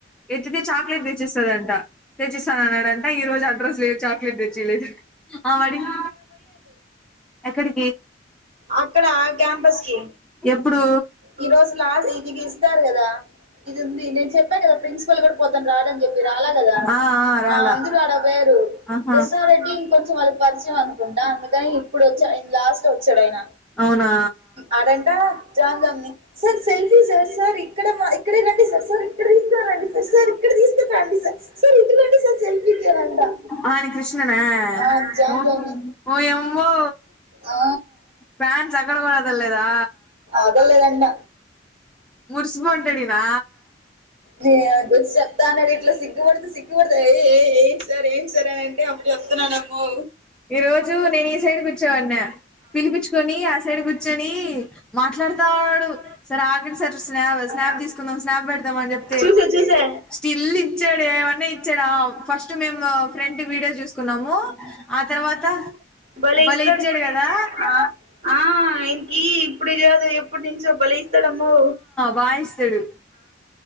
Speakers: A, in the centre; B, on the right (about 35°).
A: ఎత్తితే చాక్లెట్ తెచ్చిస్తదంట తెచ్చిస్ అన్నాడంట ఈ రోజు అడ్రస్ లే చాక్లెట్ తెచ్చియ లేదు అని ఆమడిగి ఎక్కడి
B: అక్కడ ఆ క్యాంపస్ కి
A: ఎప్పుడు
B: ఈ రోజులాల్ ఇది గిస్తరు గదా ఇది ఉంది నేను చెప్పా కదా. ప్రిన్సిపల్ కూడా పొద్దున రాడని చెప్పి, రాలా కదా
A: ఆ రాలా
B: ఆ అందరూ ఆడా పోయారు.
A: ఆహా
B: క్రిష్ణ రెడ్డి ఇంకొంచెం వాళ్లకు పరిచయం అనుకుంటా. అందుకని ఇప్పుడు వచ్చా ఆయన లాస్ట్ వచ్చాడు అయన
A: అవునా
B: అడంట జామ్ జామ్ నీక్ సార్ సెల్ఫీ సార్ ఇక్కడ ఇక్కడే రండి సర్ సర్ ఇక్కడ తీసుకో సర్ ఇక్కడ తీసుకొని రండి సార్ సార్ ఇటు రండి సార్ సెల్ఫీ కి అంటా
A: ఆయన కృష్ణనా
B: ఆ జాన్
A: ఓ
B: జామ్ నే
A: ఓ యమ్మో
B: ఆ
A: ఫ్యాన్స్ అక్కడ కూడ వదల్లేదా
B: వదల్లేదంట
A: మురిసిపోతాదడినా
B: నేను గురించి చెప్తాన ఇట్లా సిగ్గుపడితే సిగ్గుపడతా ఏయ్ ఏయ్ ఏంటి సార్ ఏంటి సర్ అంటే అని అంటే అప్పుడు చెప్ తునా నా నమ్మొ
A: ఈ రోజు నేను ఈ సైడ్ కూర్చోవన్న పిలిపిచ్చుకొని ఆ సైడ్ కూర్చొని మాట్లాడుతానడు. సరే ఆగండి సార్ స్నాప్ స్నాప్
B: ఆ
A: తీసుకుందామని స్నాప్ పెడదామని చెప్
B: చూసా చూసా
A: స్టిల్ ఇచ్చాడు ఏవన్న ఇచ్చాడ ఫస్ట్ మేము ఫ్రెంట్ వీడియో చూసుకున్న న్నాము ఆ తర్వాత
B: బలే
A: భలే
B: ఇస్తాడు
A: ఇచ్చాడు కదా
B: అ ఆ ఇయనకి ఇప్పుడు కాదు ఎప్పటి నుంచో బలే ఇస్తడమ్మో
A: వాయిస్తడు